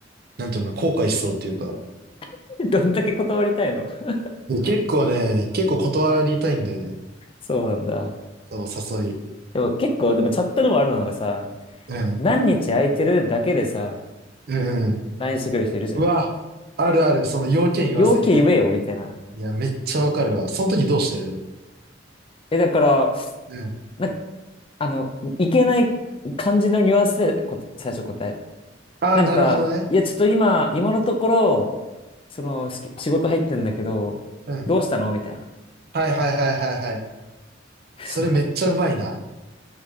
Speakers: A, on the right; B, on the left.
A: なんていうの、後悔しそうっていうか。
B: <laughs> どんだけ断りたいの <laughs>
A: で結構ね、結構断りたいんだよね。
B: そうなんだ。
A: そう、誘い。
B: でも結構、でもチャットでもあるのがさ、
A: うん。
B: 何日空いてるだけでさ、
A: うんうん。
B: LINE してくる人いるじゃん。
A: うわ、あるある。その要件言わずにね。
B: 要件言えよ、みたいな。
A: いや、めっちゃわかるわ。その時どうしてる
B: え、だから、
A: うん。
B: な、あの、いけない感じのニュアンスでこ、最初答える。
A: ああ、
B: なんか、
A: なるほどね。
B: いや、ちょっと今、今のところ、その、し仕事入ってんだけど、
A: うん。
B: どうしたのみたいな。
A: はいはいはいはいはい。
B: <laughs>
A: それめっちゃうまいな。
B: そう。